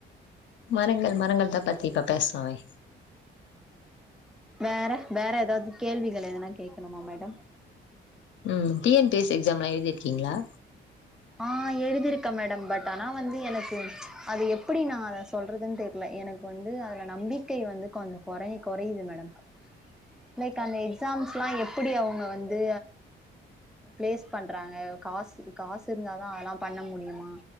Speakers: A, on the left; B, in the centre.
A: மரங்கள் மரங்கள்தா பத்தி இப்ப பேசுலாமே
B: வேற வேற எதாவது கேள்விகள் எதனா கேட்கணுமா மேடம்
A: ம் டி என் பி எஸ் எக்ஸாம்லா எழுதி இருக்கீங்களா
B: ஆ எழுதிருக்கேன் மேடம் பட் ஆனா வந்து எனக்கு அது எப்படி நா அத சொல்றதுன் தெரி இல்ல எனக்கு வந்து அதுல நம்பிக்கை வந்து கொஞ்ச குறை குறையுது மேடம் லைக் அந்த எக்ஸாம்ஸ்லா எப்படி அவுங்க வந்து பிளேஸ் பண்றாங்க காசு காசு இருந்தாதா அதெல்லா பண்ண முடியுமா